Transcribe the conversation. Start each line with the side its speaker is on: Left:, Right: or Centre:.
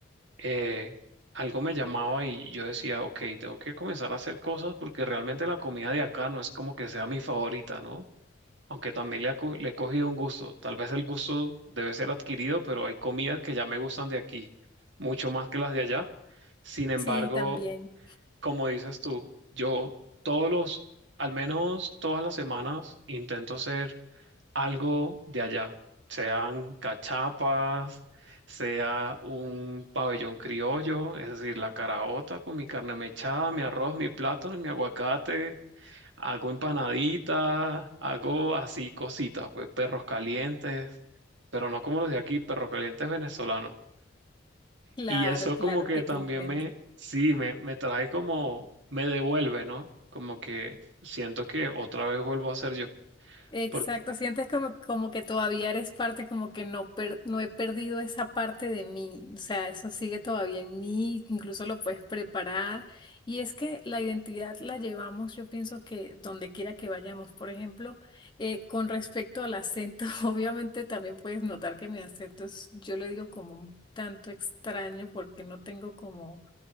Right: eh, algo me llamaba y yo decía, ok, tengo que comenzar a hacer cosas porque realmente la comida de acá no es como que sea mi favorita, ¿no? Aunque también le, ha co- le he cogido un gusto. Tal vez el gusto debe ser adquirido, pero hay comidas que ya me gustan de aquí, mucho más que las de allá. Sin embargo,
Left: Sí, también.
Right: como dices tú, yo todos los, al menos todas las semanas, intento hacer algo de allá, sean cachapas, sea un pabellón criollo, es decir, la caraota con mi carne mechada, mi arroz, mi plátano y mi aguacate. Hago empanaditas, hago así cositas, pues perros calientes, pero no como los de aquí, perros calientes venezolanos.
Left: Claro,
Right: Y eso
Left: claro,
Right: como que
Left: te
Right: también
Left: comprendo.
Right: me, sí, me, me trae como, me devuelve, ¿no? Como que siento que otra vez vuelvo a ser yo.
Left: Exacto,
Right: Porque
Left: sientes como, como que todavía eres parte, como que no, per- no he perdido esa parte de mí, o sea, eso sigue todavía en mí, incluso lo puedes preparar. Y es que la identidad la llevamos, yo pienso que donde quiera que vayamos, por ejemplo, eh, con respecto al acento, <laughs> obviamente también puedes notar que mi acento es, yo le digo como un tanto extraño porque no tengo como...